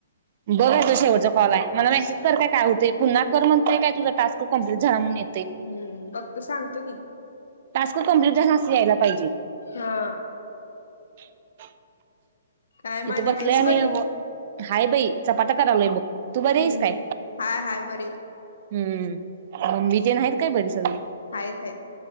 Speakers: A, on the right (about 50°); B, on the left (about 75°).
A: बघ आता शेवटचा काॅल हाय मला मेसेज कर काय काय होतयं. पुन्हा कर म्हणतय का तुझा टास्क. तो कंप्लिट झाला म्हणून ये
B: हम्म बघत सांगतो की
A: टास्क कम्पलिट झाला असं यायला पाहिजे.
B: हा
A: <unintelligible>
B: काय माने
A: इथं बसलोय
B: हायस
A: आम्ही
B: बरी
A: हाय बाई चपा ता करालोय बघ तू बरी आहेस
B: हम्म
A: काय
B: हाय हाय बरी हाय.
A: हम्म ममी तेन हाइत काय बरी सगळी.
B: हायत हायत